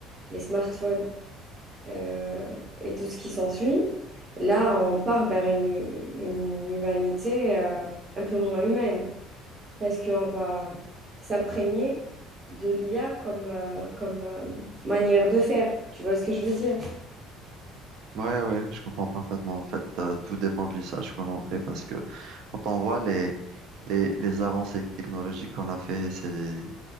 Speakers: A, on the right; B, on the right.
A: les smartphones, euh, et tout ce qui s'ensuit. Là, on part vers une, une humanité euh, un peu moins humaine parce qu'on va s'imprégner de l'IA comme, euh, comme euh, manière de faire. Tu vois ce que je veux dire?
B: Ouais, ouais, je comprends parfaitement. En fait, euh, tout dépend de l'usage qu'on en fait parce que quand on voit les, les, les avancées technologiques qu'on a fait ces